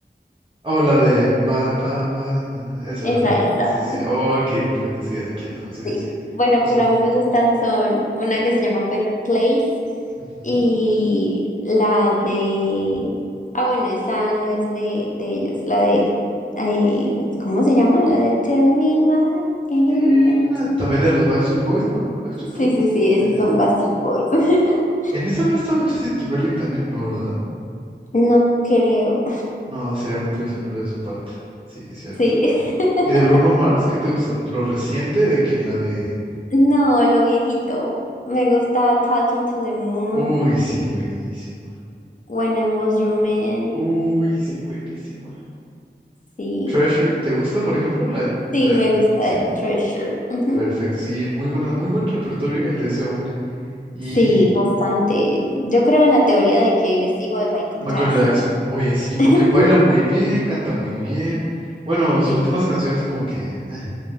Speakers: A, on the right; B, on the left.
A: Oh, la de Bye, bye, bye. na, na, Eso,
B: Esa,
A: ¿verdad?
B: esa.
A: Sí, sí, sí. ok, perfecto. Sí, así quiénes son. Sí,
B: Sí,
A: sí, sí.
B: bueno,
A: Los
B: pero
A: confu-
B: a mí me gustan son una que se llama Better Place
A: Ujú.
B: y la de... Ah, bueno, esa no es de, de ellos, la de... eh, ¿cómo se llama? La de Tell Me Why Ain't
A: Eh, no,
B: Not-
A: también de los Backstreet Boys, ¿no? Backstreet Boys.
B: Sí, sí, sí,
A: Sí,
B: esos
A: sí,
B: son
A: sí.
B: Backstreet Boys. <laughs>
A: En esa no estaba Justin Timberlake también, ¿no, verdad?
B: No creo,
A: No, sería muy traicionero de su parte. Sí, es cierto.
B: sí. <laughs>
A: ¿Y de Bruno Mars? ¿Qué te gusta? Lo reciente de que la de...
B: No, lo viejito. Me gusta Talking to the Moon,
A: Uy, sí, buenísima.
B: When I Was Your Man,
A: Uy, sí, buenísima.
B: sí.
A: Treasure, ¿te gusta, por ejemplo? La, de-
B: Sí,
A: la-
B: me gusta
A: Sí,
B: de Treasure. Ujú.
A: perfecto. Sí, muy buena, muy buen repertorio el de ese hombre. Y
B: Sí, bastante. Yo creo en la teoría de que es hijo de Michael
A: Michael
B: Jackson.
A: Jackson. Oye, sí, porque
B: <laughs>
A: baila muy bien, canta muy bien. Bueno, sus
B: Sí.
A: últimas canciones como que, eh,